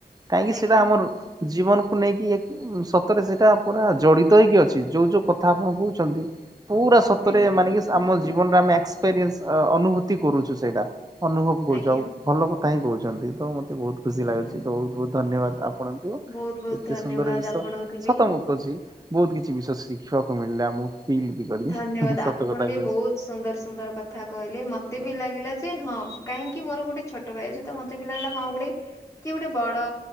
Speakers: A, on the right; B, on the left.
A: କାହିଁକି
B: ଆଜ୍ଞା
A: ସେଇଟା ଆମର ଜୀବନକୁ ନେଇକି ରେ ସେଇଟା ପୁରା ଜଡ଼ିତ ହେଇକି ଅଛି ଯୋଉ ଯୋଉ କଥା ଆପଣ କହୁଛନ୍ତି ପୁରା ସତରେ
B: ଆଜ୍ଞା
A: ମାନେ କି ଆମ ଜୀବନରେ ଆମେ ଏକ୍ସପେରିଏନସ୍ ଅନୁଭୂତି କରୁଛୁ ସେଇଟା ଅନୁଭବ କରୁଛ
B: ଆଜ୍ଞା
A: ଆଉ ଭଲ କଥା ହିଁ କହୁଛନ୍ତି ତ ମତେ ବହୁତ ଖୁସି
B: ଆଜ୍ଞା
A: ଲାଗୁଛି ତ ବହୁତ ବହୁତ ଧନ୍ୟବାଦ। ଆପଣଙ୍କୁ
B: ବହୁତ ବହୁତ
A: ଏତେ
B: ଧନ୍ୟବାଦ
A: ସୁନ୍ଦର ବିଷୟ
B: ଆପଣଙ୍କୁ ବି।
A: ସତ ମୁଁ କହୁଛି ବହୁତ କିଛି ବିଷୟ ଶିଖିବାକୁ ମିଳିଲା ମୁଁ ଫିଲ୍ ବି କଲି।
B: ଧନ୍ୟବାଦ
A: ସତ
B: ଆପଣ
A: କଥା
B: ବି
A: କହୁଛି
B: ବହୁତ ସୁନ୍ଦର ସୁନ୍ଦର କଥା କହିଲେ ମତେ
A: ହୁଁ
B: ବି ଲାଗିଲା ଯେ ହଁ କାହିଁକି ମୋର ଗୋଟେ ଛୋଟ ଭାଇ ସହିତ ମତେ ପିଲାବେ ହଁ ଗୋଟେ କି ଗୋଟେ ବଡ